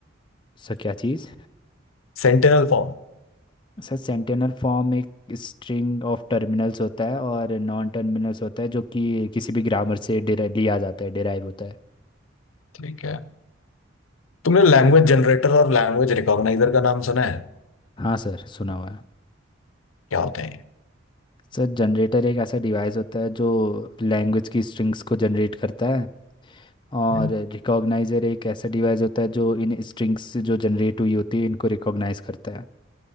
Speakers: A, on the left (about 25°); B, on the left (about 85°).
A: सर क्या चीज़
B: Sentential form
A: सर सेंटेनल फॉर्म एक स्ट्रिंग ऑफ टर्मिनल्स होता है और नॉन टर्मिनल्स होता है जो कि किसी भी ग्रामर से deri- लिया जाता है डिराइव होता है
B: ठीक है तुमने लैंग्वेज जनरेटर और लैंग्वेज रिकॉग्नाइजर का नाम सुना है
A: हाँ सर सुना हुआ है
B: क्या होते हैं ये?
A: सर जनरेटर एक ऐसा डिवाइस होता है जो लैंग्वेज की स्ट्रिंग्स को जनरेट करता है और
B: हम्म,
A: रिकॉग्नाइजर एक ऐसा डिवाइस होता है जो इन स्ट्रिंग्स जो जनरेट हुई होती है इनको रिकॉग्नाइज करता है